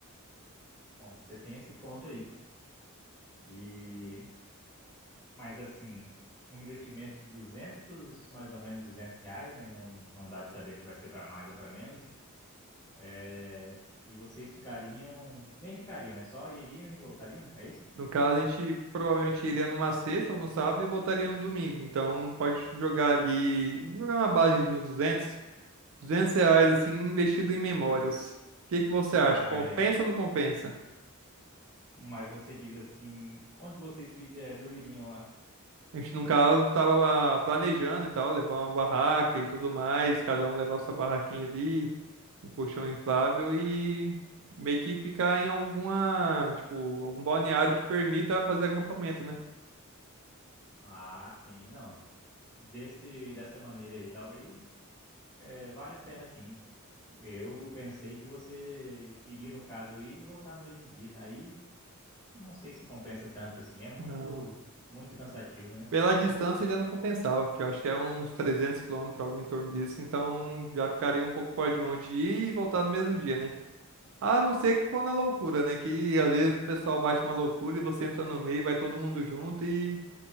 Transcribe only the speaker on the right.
No caso, a gente provavelmente iria numa sexta ou no sábado e voltaria no domingo. Então, pode jogar ali, jogar uma base de uns duzentos, duzentos reais, assim, investido em memórias. O que que você acha?
Compensa ou não compensa?
A gente, no caso, tava planejando e tal, levar uma barraca e tudo mais, cada um levar sua barraquinha ali, um colchão inflável e meio que ficar em alguma, tipo, algum balneário que permita fazer acampamento, né?
Na-
Pela distância já não compensava, porque eu acho que é uns 300 quilômetros, algo em torno disso, então já ficaria um pouco fora de mão de ir e voltar no mesmo dia, né? A não ser que for na loucura, né? Que às vezes o pessoal bate uma loucura e você entra no meio, vai todo mundo junto e